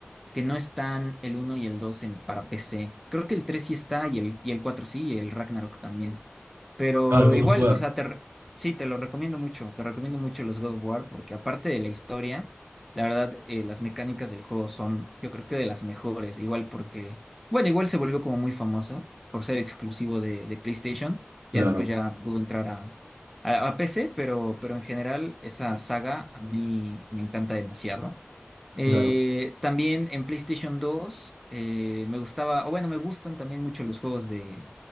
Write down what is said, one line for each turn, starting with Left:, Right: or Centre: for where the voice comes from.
Centre: que no están el uno y el 2 en, para PC. Creo que el 3 sí está y el, y el 4 sí, y el Ragnarok también. Pero
Right: Ah, el God
Centre: igual,
Right: of War.
Centre: o sea, te re- sí, te lo recomiendo mucho, te recomiendo mucho los God of War porque aparte de la historia, la verdad, eh, las mecánicas del juego son, yo creo que de las mejores, igual porque, bueno, igual se volvió como muy famoso por ser exclusivo de, de PlayStation,
Right: Claro,
Centre: ya después ya pudo entrar a, a, a PC, pero, pero en general esa saga a mí me encanta demasiado. Eh,
Right: claro.
Centre: también en PlayStation 2 eh, me gustaba, o bueno, me gustan también mucho los juegos de,